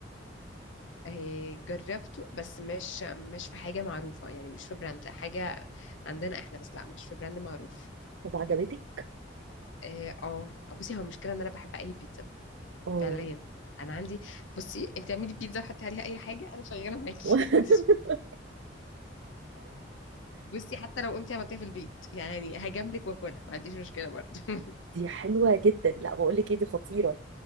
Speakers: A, on the left; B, on the right.
A: آه، جربته بس مش مش في حاجة معروفة يعني مش في براند لا حاجة عندنا احنا بس لا مش في براند معروف
B: طب عجبتك
A: اه آه. بصي هو المشكلة ان انا بحب اي بيتزا
B: اه
A: فعليا انا عندي بصي انت اعملي بيتزا وحطي عليها اي حاجة انا شغالة معاكي
B: <laughs>
A: <laughs> انت بصي حتى لو قمتي عملتيها في البيت يعني هجاملك واكلها ما عنديش مشكلة برضه
B: دي حلوه جدا لا بقول لك ايه دي خطيره